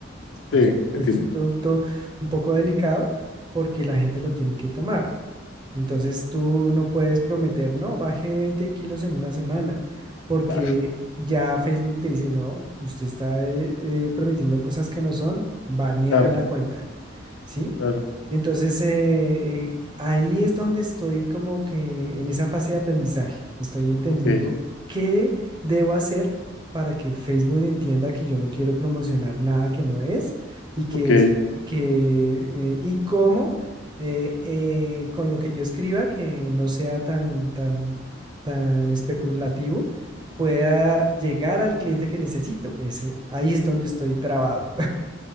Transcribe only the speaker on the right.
Ese es un
ese
es un producto un poco delicado porque la gente lo tiene que tomar. Entonces tú no puedes prometer, no, baje 20 kilos en una semana, porque
ya Facebook te dice, no, usted está eh, eh, prometiendo cosas que no son, banea
la cuenta, ¿sí?
Entonces eh, eh, ahí es donde estoy como que en esa fase de aprendizaje, estoy entendiendo
qué debo hacer para que Facebook entienda que yo no quiero promocionar nada que no es y que
es que eh, y cómo eh, eh, con lo que yo escriba, que no sea tan, tan, tan especulativo, pueda llegar al cliente que necesito. Ese, ahí es donde estoy trabado.